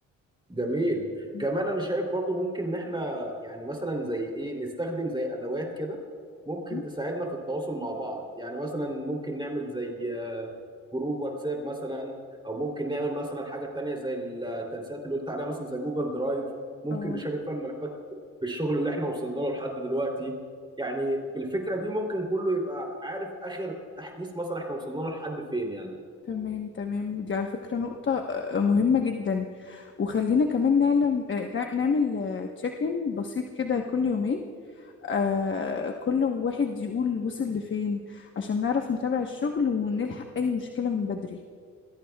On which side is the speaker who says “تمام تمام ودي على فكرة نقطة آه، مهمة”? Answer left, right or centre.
Left